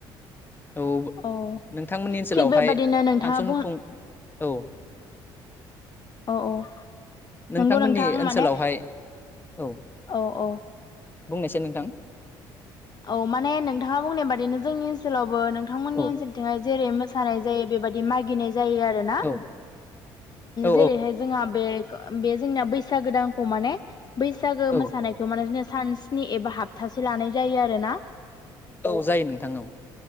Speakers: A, on the left; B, on the left.
A: औ
B: औ
A: नोंथांमोननि ओनसोलावहाय
B: थिग बेबादिनो नोंथाङा
A: फांसन
B: बुं
A: खुं औ
B: औ औ
A: नोंथांमोननि
B: नंगौ नोंथां
A: ओनसोलावहाय
B: माने
A: औ
B: औ औ
A: बुंनायसाय नोंथां।
B: औ माने नोंथाङा बुंनाय बादिनो जोंनि ओनसोलावबो नोंथांमोननि
A: औ
B: ओनसोलथिंजाय जेरै मोसानाय जायो बेबायाददि मागिनाय जायो आरोना
A: औ औ
B: जेरैहाय ओ जोंहा बे बे जोंना बैसागो दानखौ माने बैसागो
A: औ
B: मोसानायखौ माने जोंना सान स्नि एबा हप्तासे लानाय जायो आरोना।
A: औ जायो नोंथां औ